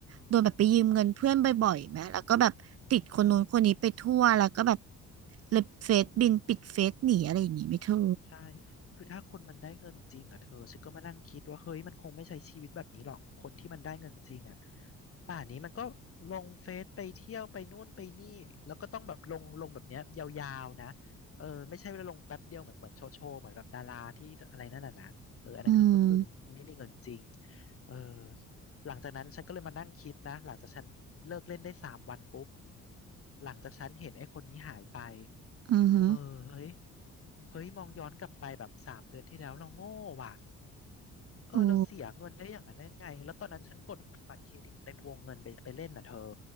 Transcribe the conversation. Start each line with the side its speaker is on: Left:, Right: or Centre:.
Right: โดนแบบไปยืมเงินเพื่อนบ่อยๆไหมแล้วก็แบบติดคนนู้นคนนี้ไปทั่วแล้วก็แบบ
Left: อืมใช่
Right: เลยเฟซบินปิดเฟซหนีอะไรอย่างงี้ไหม่เธอ
Left: อืม ใช่คือถ้าคนมันได้เงินจริงอ่ะเธอฉันก็มานั่งคิดว่าเฮ้ยมันคงไม่ใช้ชีวิตแบบนี้หรอกคนที่มันได้เงินจริงอ่ะป่านนี้มันก็ลงเฟซไปเที่ยวไปนู่นไปนี่แล้วก็ต้องแบบลงลงแบบเนี้ยยาวๆนะเออไม่ใช่ว่าลงแป๊บเดียวเหมือนเหมือนโชว์โชว์เหมือนแบบดาราที่อะไรนั่นน่ะนะเอออันนั้นก็ก็คือไม่มีเงินจริง
Right: อืม
Left: เออหลังจากนั้นฉันก็เลยมานั่งคิดนะหลังจากฉันเลิกเล่นได้สามวันปุ๊บหลังจากฉันเห็นไอ้คนนี้หายไป
Right: อือฮึ
Left: เออเฮ้ย เฮ้ยมองย้อนกลับไปแบบสามเดือนที่แล้วเราโง่ว่ะเออเราเสียเงินได้อย่างนั้นได้ไงแล้วตอนนั้นฉันกดบัตรเครดิตเต็มวงเงินไปไปเล่นน่ะเธอ
Right: โอ้